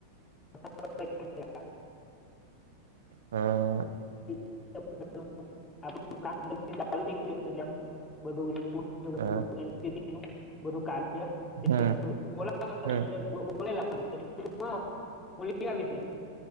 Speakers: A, on the left (about 20°); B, on the right (about 65°).
A: આપણું
B: હમ
A: <unintelligible> બું વિ બું
B: હ
A: <unintelligible> બોલા
B: હમ
A: <unintelligible>
B: હમ
A: બોલેલી છે.